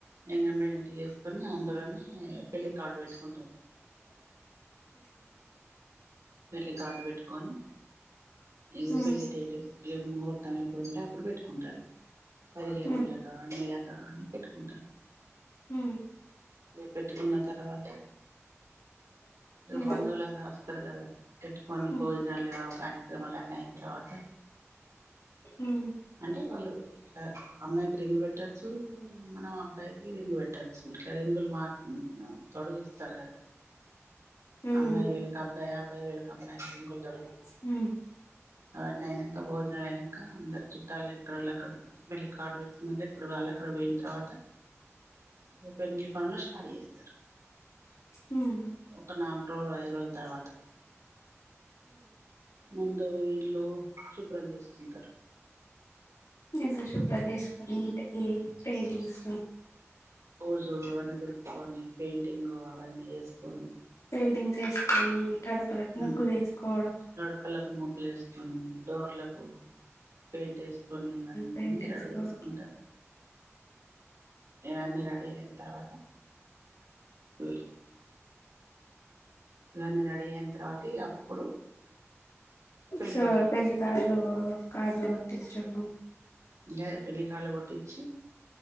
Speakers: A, on the right (about 85°); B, on the left (about 80°).
A: ఎంగమెంట్ చేసుకొని అందులోనే పెళ్లి కార్డు పెట్టుకుంటారు. పెళ్ళ కార్డు పెట్టుకొని, ఇగ
B: ఉమ్
A: పెళ్ళి డేటు ఏ ముహూర్తం ఎప్పుడుంటే అప్పుడు పెట్టుకుంటారు. పదిహేను
B: ఉమ్
A: రోజులక నెలకా అని పెట్టుకుంటరు.
B: ఉమ్
A: ఇగ పెట్టుకున్న తర్వాత ఇగ
B: ఉమ్
A: వందోలందాస్ స్తరు కదా ఇటు కొన్ని
B: ఉమ్
A: భోజనాలు కార్యక్రమాలు అన్ని అయిన తర్వాత,
B: ఉమ్
A: అంటే వాళ్ళు ఇట్లా అమ్మాయికి రింగు పెట్టచ్చు మనం అబ్బాయికి రింగు పెట్టొచ్చు, ఇట్లా రింగులు మార్ తొడుగిస్తారు కదా,
B: హ్మ్
A: అమ్మాయి వీళ్ళకి అబ్బాయి అబ్బాయి వీళ్ళకి అమ్మాయి రింగులు తొడు,
B: హ్మ్
A: అవ్వన్నీ అయినంక భోజనాలు అయినంక, అందరు చుట్టాలు ఎక్కడోళ్ళు అక్కడ వెళ్ళ కాడు పెట్టినక ఎక్కడోళ్ళు అక్కడ పోయిన తర్వాత, ఇగ పెండ్లి పనులు స్టార్ట్ చేస్తరు,
B: హ్మ్
A: ఒక నాలుగు రోజులు ఐదు రోజుల తర్వాత ముందు ఇల్లు శుభ్రం చేసుకుంటరు.
B: ఇల్లు శుభ్రం చేసుకొని ఇంటికి పెయింటింగ్స్
A: బూజు ఇవ్వన్ దులుపుకొని పెయింటింగ్ అవన్నీ ఏసుకొని
B: పెయింటింగ్స్ ఏసుకొని గడపలకు
A: ఉమ్
B: ముగ్గులు ఏసుకో
A: గడపలకు ముగ్గులు ఏసుకొని, డోర్లకు పెయింట్ ఏసుకొని ఇవన్నీ
B: పెయింట్ వేసుకోవడం
A: రడీ చేసుకుంటరు. ఇవన్నీ రెడీ అయిన తర్వాత, ఉమ్ ఇవన్నీ రెడీ అయిన తర్వాత ఇగ అప్పుడు పెళ్లి
B: సో
A: బట్టలు
B: పెళ్లి
A: కొనుక్కుంటారు
B: కార్డ్లు కార్డ్లు కొట్టించుడు.
A: ఇంకా పెళ్లి కార్డు కొటిచ్చి